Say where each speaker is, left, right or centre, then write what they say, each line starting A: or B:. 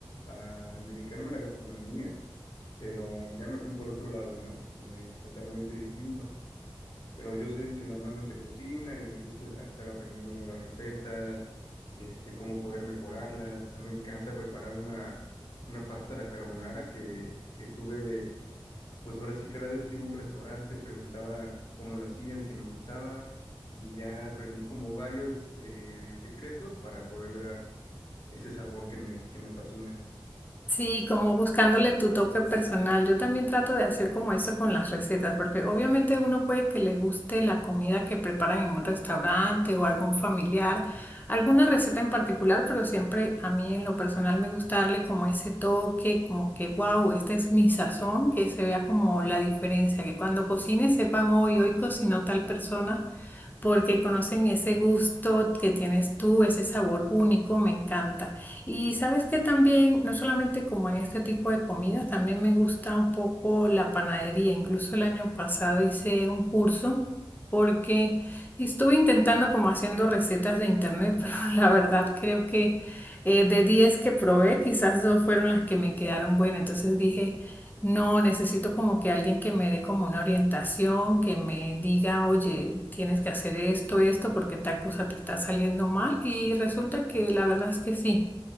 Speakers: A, on the left (about 50°); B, on the left (about 20°).
A: a dedicarme a la gastronomía, pero ya me fui por otro lado, ¿no? Eh, totalmente distinto. Pero yo soy el que normalmente cocina y me gusta es- estar aprendiendo nuevas recetas, este, cómo poder mejorarlas. Me encanta preparar una, una pasta a la carbonara que estuve pues ahora sí cada vez que iba a un restaurante preguntaba cómo lo hacían, si me gustaba, y ya aprendí como varios eh, secretos para poderle dar ese sabor que me, que me fascina.
B: Sí, como buscándole tu toque personal. Yo también trato de hacer como eso con las recetas, porque obviamente uno puede que le guste la comida que preparan en un restaurante o algún familiar, alguna receta en particular, pero siempre a mí en lo personal me gusta darle como ese toque, como que wow, esta es mi sazón, que se vea como la diferencia, que cuando cocine sepan hoy, hoy cocinó tal persona porque conocen ese gusto que tienes tú, ese sabor único, me encanta. Y sabes que también, no solamente como en este tipo de comidas, también me gusta un poco la panadería. Incluso el año pasado hice un curso porque estuve intentando como haciendo recetas de internet, <laughs> pero la verdad creo que eh, de 10 que probé, quizás dos fueron las que me quedaron buenas. Entonces dije... No, necesito como que alguien que me dé como una orientación, que me diga, oye, tienes que hacer esto, esto, porque tal cosa te está saliendo mal. Y resulta que la verdad es que sí.